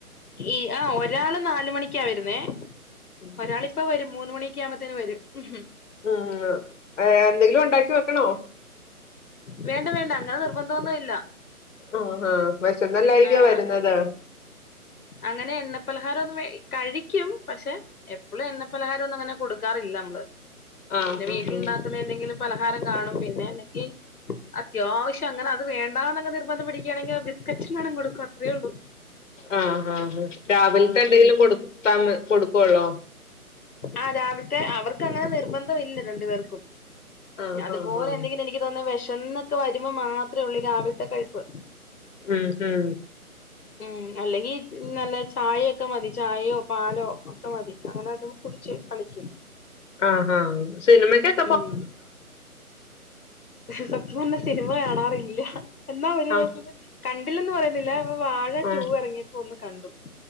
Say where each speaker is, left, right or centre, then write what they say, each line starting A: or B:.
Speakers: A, on the left; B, on the left.
A: ഈ ആഹ് ഒരാള് നാല് മണിക്കാ വരുന്നേ.
B: ഉം
A: ഒരാളിപ്പം വരും മൂന്ന് മണിയൊക്കെ ആകുമ്പത്തേന് വരും. ഉം. ഉം
B: ഉം എന്തെങ്കിലും ഉണ്ടാക്കി വെക്കണോ
A: വേണ്ട വേണ്ട അങ്ങനെ നിർബന്ദൊന്നും ഇല്ല.
B: ആഹ് ആഹ് വിശന്നല്ലായിരിക്കോ
A: ആഹ്
B: വരുന്നത്
A: അങ്ങനെ എണ്ണപ്പലഹാരം ഒന്നും കഴിക്കും. പക്ഷെ എപ്പോഴും എണ്ണപ്പലഹാരം ഒന്നും അങ്ങനെ കൊടുക്കാറില്ല നമ്മള്.
B: ആഹ്
A: പിന്നെ വീട്ടിലുണ്ടാക്കുന്ന
B: ആഹ്
A: എന്തെങ്കിലും പലഹാരം കാണും. പിന്നെ അല്ലെങ്കിൽ അത്യാവശ്യം അങ്ങെനെ അത് വേണ്ടാന്നങ്ങ് നിർബന്ധം പിടിക്കുകയാണെങ്കിൽ ബിസ്കറ്റെങ്ങാണം കൊടുക്കും അത്രേയൊള്ളു.
B: ആഹ്, ആഹ്, ആഹ് രാവില്ത്തെ എന്തെങ്കിലും
A: ഉം
B: കൊടുത്താ കൊട്ക്കൊള്ളോ?
A: ആഹ് രാവില്ത്തെ അവർക്ക് അങ്ങെനെ നിർബെന്ധവില്ല രണ്ടു പേർക്കും.
B: ആഹ്
A: അത്പോലെ
B: ആഹ് ആഹ്
A: എന്തെങ്കിലും എനിക്ക് തോന്ന്ന്നു വെശന്നൊക്കെ വരുമ്പോ മാത്രേള്ളു ഈ രാവിലെത്തെ കഴ്‌പ്പ്.
B: ഉം, ഉം
A: ഉം അല്ലെങ്കി നല്ലെ ചായയൊക്കെ മതി ചായയോ പാലോ ഒക്കെ മതി അങ്ങെനെ അതും കുട് ച്ച് കളിക്കും.
B: ആഹ്, ആഹ് സിനിമകൊക്ക്
A: ഉം സത്യംപർഞ്ഞ സിനിമകാണാറില്ല. എന്നാ ഒര് ദിവസന്ന്
B: ആഹ്
A: കണ്ടില്ലന്ന് പറയുന്നില്ല അപ്പം വാഴ
B: ആഹ്
A: ടൂ ഇറങ്ങിയപ്പോ ഒന്ന് കണ്ടു.